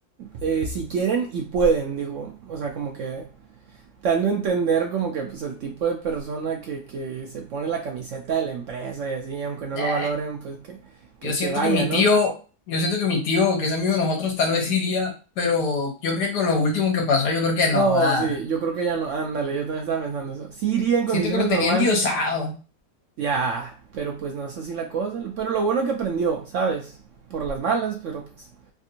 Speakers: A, on the right; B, on the left.
A: eh, si quieren y pueden, digo o sea, como que dando a entender como que pues el tipo de persona que, que se pone la camiseta de la empresa y así, aunque no
B: Eh,
A: lo valoren, pues que, que,
B: yo siento
A: que vaya,
B: que mi
A: ¿no?
B: tío, yo siento que mi tío, que es amigo de nosotros, tal vez iría, pero yo creo que con lo último que pasó, yo creo que no,
A: No,
B: da.
A: sí, yo creo que ya no, ándale, yo también estaba pensando eso. Sí iría en condiciones
B: Siento que lo
A: normales,
B: tenía endiosado.
A: ya, pero pues no es así la cosa. Pero lo bueno es que aprendió, ¿sabes? Por las malas, pero pues